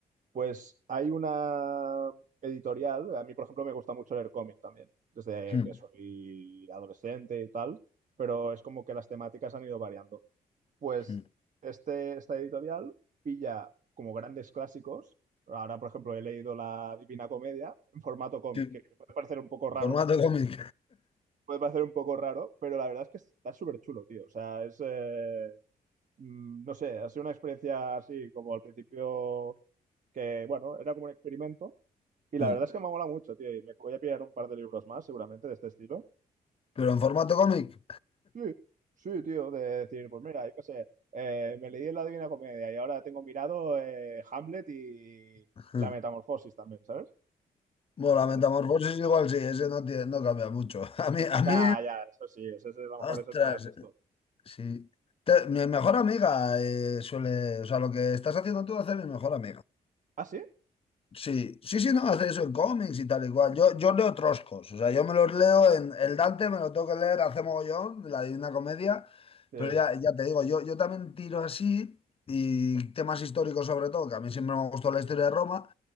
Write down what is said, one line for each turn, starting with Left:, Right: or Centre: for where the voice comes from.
Right: Pues hay una editorial, a mí por ejemplo me gusta mucho leer cómic también, desde
Left: mm,
Right: que soy adolescente y tal, pero es como que las temáticas han ido variando. Pues
Left: mm.
Right: este, esta editorial pilla como grandes clásicos. Ahora, por ejemplo, he leído La Divina Comedia en formato cómic,
Left: Sí,
Right: que, que puede parecer un poco raro,
Left: Formato cómic.
Right: puede parecer un poco raro, pero la verdad es que está súper chulo, tío. O sea, es... eh, mm, no sé, ha sido una experiencia así como al principio que, bueno, era como un experimento. Y la
Left: Sí.
Right: verdad es que me mola mucho, tío. Y me voy a pillar un par de libros más, seguramente, de este estilo.
Left: Pero en formato cómic.
Right: Sí, sí, tío. De decir, pues mira, yo qué sé, eh, me leí La Divina Comedia y ahora tengo mirado eh, Hamlet y
Left: Sí.
Right: La Metamorfosis también, ¿sabes?
Left: Bueno, la
Right: Grande.
Left: metamorfosis igual sí, ese no, tiene- no cambia mucho. <laughs> A mí, a
Right: Ya,
Left: mí,
Right: ya, eso sí, ese es, a lo mejor
Left: ostras,
Right: es el más de esto.
Left: sí. Te- mi mejor amiga eh, suele, o sea, lo que estás haciendo tú hace mi mejor amiga.
Right: ¿Ah, sí?
Left: Sí, sí, sí, no, hace eso en cómics y tal y cual. Yo, yo leo troscos, o sea, yo me los leo en el Dante, me lo tengo que leer hace mogollón, la Divina Comedia,
Right: Sí.
Left: pero ya, ya te digo, yo, yo también tiro así y temas históricos sobre todo, que a mí siempre me gustó la historia de Roma,